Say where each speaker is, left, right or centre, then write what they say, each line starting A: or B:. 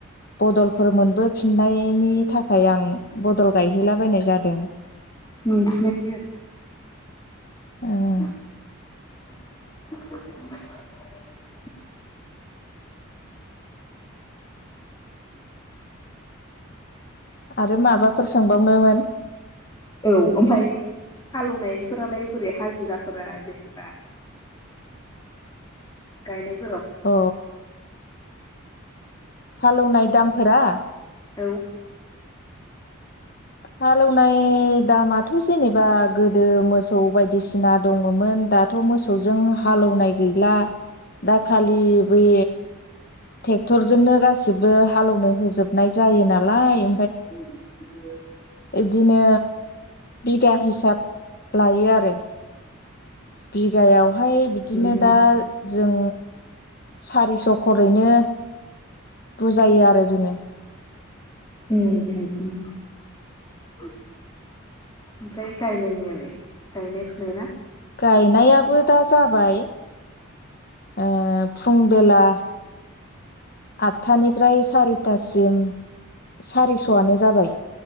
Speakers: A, on the left; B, on the left.
A: बदलफोर मोनबोफिननायनि थाखाय आं बदल गायहैलाबायनाय जादों
B: मोनफिननायनि आरो <inaudible>
A: ओं आरो माबाफोर सोंबावनोमोन
B: औ ओमफ्राय हालौवनायफोरालाय बोरै हाजिराफोरा जेनेबा गायनाय
A: अ हालेवनाय दामफोरा
B: औ
A: हालेवनाय दामाथ' जेनेबा गोदो मोसौ बायदिसिना दङमोन दाथ' मोसौजों हालेवनाय गैला दाखालि बे ट्रेक्टरजोंनो गासिबो हालेवनो होजोबनाय जायो नालाय
B: <inaudible>
A: बिदिनो बिगा हिसाब लायो आरो बिगायावहाय बिदिनो
B: उम उम
A: दा जों सारिस' खरैनो बुजायो आरो जोङो
B: उम उम उम ओमफ्राय गायनायनियालाय गायनाय फुनाय ना
A: गायनायाबो दा जाबाय ओ फुं बेला आदथानिफ्राय सारिथासिम सारिस'आनो जाबाय।